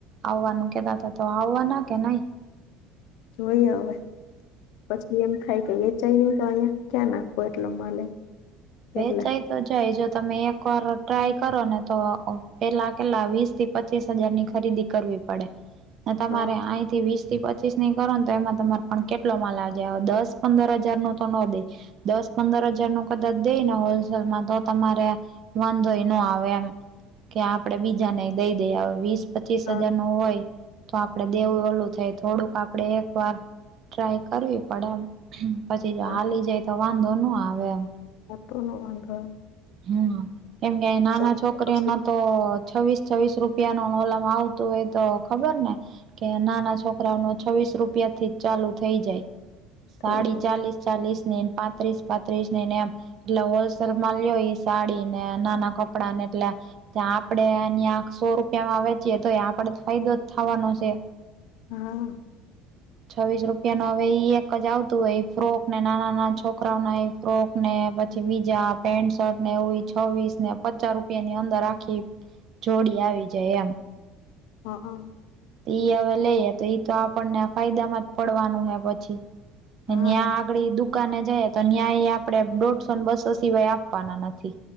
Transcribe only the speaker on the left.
જોઈએ હવે. પછી એમ થાય કે વેચાઈ નહિ તો અહીંયા તો ક્યાં નાખવો એટલો માલે...
એટલે
હા
હા
હા
- <unintelligible>
નહિ
તો પછી
થઈ જાય
હા.
હ હ
હા